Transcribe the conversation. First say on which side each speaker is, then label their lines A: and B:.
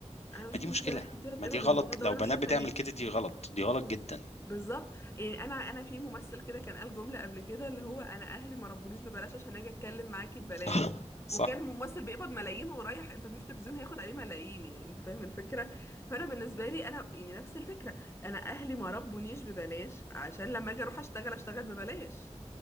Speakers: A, on the left; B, on the left.
A: انا بشوف
B: ما دي
A: ان
B: مشكله
A: في بنات كتيره بتقبل
B: ما دي غلط
A: بالموضوع ده
B: لو
A: وانا
B: بنات
A: مش فاهمه
B: بتعمل
A: ليه
B: كده دي غلط دي غلط
A: بز-
B: جدا
A: بالظبط يعني انا انا في ممثل كده كان قال جمله قبل كده اللي هو انا اهلي ما ربونيش ببلاش عشان اجي اتكلم معاكي ببلاش
B: <laughs>
A: وكان
B: صح
A: ممثل بيقبض ملايين ورايح انترفيو في تلفزيون هياخد عليه ملايين يعني انت فاهم الفكره فانا بالنسبه لي انا يعني نفس الفكره انا اهلي ما ربونيش ببلاش عشان لما اجي اروح اشتغل اشتغل ببلاش